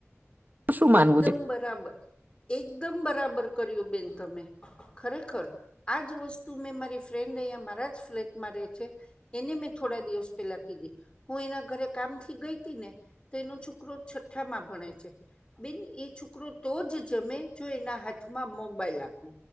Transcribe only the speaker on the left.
એકદમ
બરાબર એકદમ બરાબર કર્યું બેન તમે ખરેખર આજ વસ્તુ મેં મારી ફ્રેન્ડ અહીંયા મારા જ ફ્લેટમાં રે છે. એને મેં થોડા દિવસ પેલા કીધી, હું એના ઘરે કામથી ગઈ હતી ને. તેનો છોકરો છઠ્ઠામાં ભણે છે. બેન એ છોકરો તો જ જમે જો એના હાથમાં મોબાઈલ આપવો.